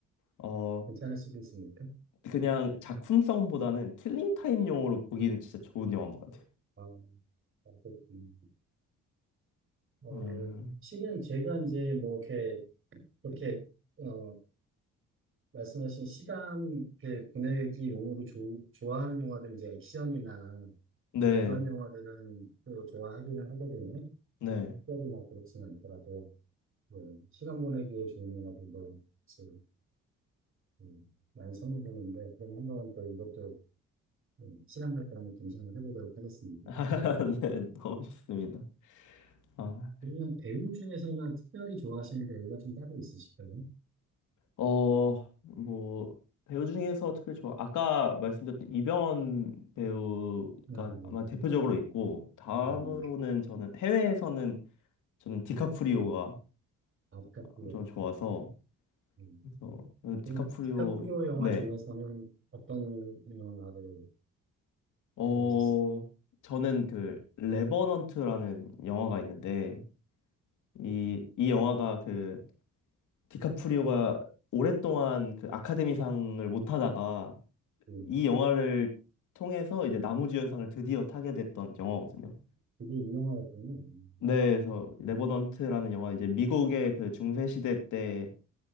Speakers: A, on the left; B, on the right.
A: 어
B: 괜찮을 수도 있으니까.
A: 그냥 작품성보다는 킬링 타임용으로 보기는 진짜 좋은 영화인 것 같아요.
B: 아, 아, 그렇군요. 어,
A: 음,
B: 실은 제가 이제 뭐 이렇게 그렇게 어, 말씀하신 시간 이렇게 보내기 용으로 조, 좋아하는 영화들은 이제 액션이나
A: 네,
B: 뭐 그런 영화들은 또 좋아하기는 하거든요.
A: 네,
B: 특별히 막 그렇진 않더라도 뭐 시간 보내기에 좋은 영화들도 이제 음, 많이 선물되는데 그럼 한번 또 이것도 음, 시간 날 때랑 감상을 해보도록 하겠습니다.
A: <laughs> 네, 너무 좋습니다. 아.
B: 그러면 배우 중에서는 특별히 좋아하시는 배우가 좀 따로 있으실까요?
A: 어, 뭐, 배우 중에서 특별히 좋아. 아까 말씀드렸던 이병헌 배우가
B: 아, 뭐,
A: 아마 대표적으로 있고, 다음으로는
B: 아, 뭐,
A: 저는 해외에서는 저는 디카프리오가
B: 아, 디카프리오.
A: 엄청 좋아서,
B: 음.
A: 그래서 저는 디카프리오,
B: 그럼 디카프리오 영화
A: 네.
B: 중에서는 어떤 영화를
A: 어,
B: 좋아하셨을까요?
A: 저는 그, 레버넌트라는 영화가 있는데, 이, 이 영화가 그, 디카프리오가 오랫동안 그 아카데미상을 못 하다가,
B: 음.
A: 이 영화를 통해서 이제 나무주연상을 드디어 타게 됐던 영화거든요.
B: 그게 이 영화였군요. 음,
A: 네, 그래서 레버넌트라는 영화 이제 미국의 그 중세 시대 때의